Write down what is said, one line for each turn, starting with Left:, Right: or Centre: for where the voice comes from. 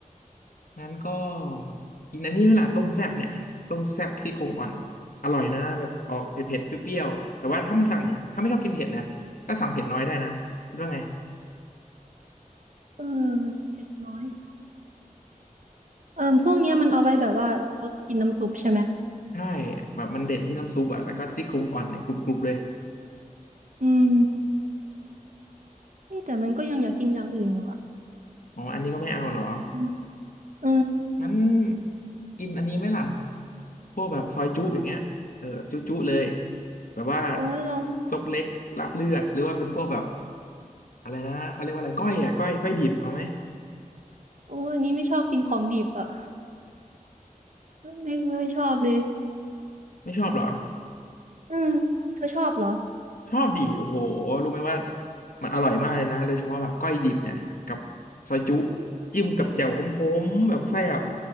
Left: งั้นก็กินอันนี้ไหมล่ะต้มแซ่บเนี่ยต้มแซ่บซี่โครงอ่อนอร่อยนะแบบออกเผ็ดๆเปรี้ยวๆแต่ว่าถ้ามันสั่งถ้าไม่ชอบกินเผ็ดนะก็สั่งเผ็ดน้อยได้นะคิดว่าไง
Right: เออเผ็ดน้อยเออพวกเนี้ยมันเอาไว้แบบว่าซดกินน้ำซุปใช่ไหม
Left: ใช่แบบมันเด่นที่น้ำซุปอ่ะแล้วก็ซี่โครงอ่อนเนี่ยกรุบๆเลย
Right: อืมนี่แต่มันก็ยังอยากกินอย่างอื่นอยู่อ่ะ
Left: อ๋ออันนี้ก็ไม่เอาเหรอ
Right: อืมเ
Left: งั้นกินอันนี้ไหมล่ะพวกแบบซอยจุอย่างเงี้ยเออแบบจุจุเลยแบบว่า
Right: โอ้ยเรา
Left: ซกเล็กลาบเลือดหรือว่าเป็นพวกแบบอะไรนะ เขาเรียกว่าอะไรก้อยอ่ะก้อยก้อยดิบเอาไหม
Right: โอ้ยอันนี้ไม่ชอบกินของดิบอ่ะ ไม่ไม่ชอบเลย
Left: ไม่ชอบเหรอ
Right: อืมเธอชอบเหรอ
Left: ชอบดิโอ้โหรู้ไหมว่ามันอร่อยมากเลยนะโดยเฉพาะแบบก้อยดิบเนี่ยกับซอยจุจิ้มกับแจ่วขมๆแบบแซ่บ